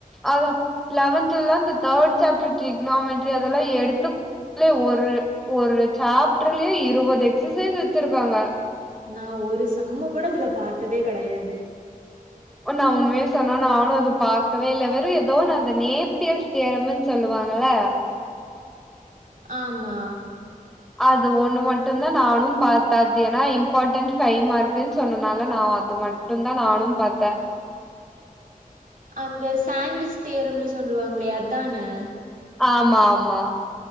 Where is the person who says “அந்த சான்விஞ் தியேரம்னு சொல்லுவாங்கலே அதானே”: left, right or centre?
Right